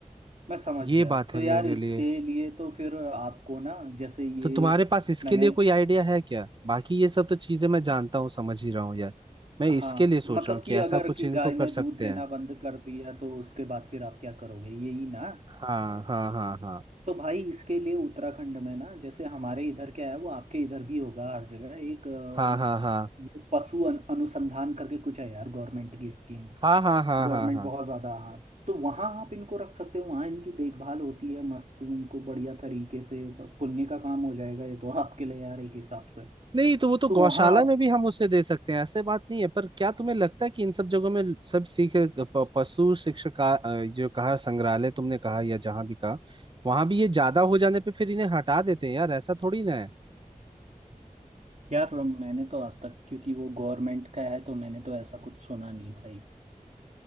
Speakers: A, on the right; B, on the right.
A: मैं समझ
B: ये
A: गया
B: बात
A: तो
B: है
A: यार
B: मेरे
A: इसके
B: लिए
A: लिए तो फिर आपको ना जैसे ये
B: तो तुम्हारे पास इसके
A: मैंने
B: लिए कोई आइडिया है क्या बाकी ये सब तो चीजें मैं जानता हूँ समझ ही रहा हूँ यार मैं
A: हाँ
B: इसके लिए सोच
A: मतलब
B: रहा हूँ
A: कि
B: कि ऐसा
A: अगर
B: कुछ
A: कि
B: इनको
A: गाय
B: कर
A: ने
B: सकते
A: दूध देना
B: हैं
A: बंद कर दिया तो उसके बाद फिर आप क्या करोगे यही ना
B: हाँ हाँ हाँ हाँ
A: तो भाई इसके लिए उत्तराखंड में ना जैसे हमारे इधर क्या है वो आपके इधर भी होगा हर जगह एक अ,
B: हाँ हाँ हाँ
A: ये पशु अन- अनुसंधान करके कुछ है यार गवर्नमेंट की स्कीम
B: हाँ हाँ हाँ
A: गवर्नमेंट
B: हाँ हाँ
A: बहुत ज़्यादा हाँ तो वहाँ आप इनको रख सकते हो वहाँ इनकी देखभाल होती है मस्त इनको बढ़िया तरीके से प- पुण्य का काम हो जाएगा ये तो आपके लिए यार एक हिसाब से
B: नहीं तो वो तो
A: तो
B: गौशाला
A: वहाँ आप
B: में भी हम उसे दे सकते हैं ऐसे बात नहीं है पर क्या तुम्हें लगता है कि इन सब जगहों में सब सीख प- पशु शिक्षक जो कहा संग्रहालय तुमने कहा या जहाँ भी कहा वहां भी ये ज्यादा हो जाने पे फिर इन्हें हटा देते हैं यार ऐसा थोड़ी ना है
A: यार मैंने तो आज तक क्योंकि वो गवर्नमेंट का है तो मैंने तो ऐसा कुछ सुना नहीं भाई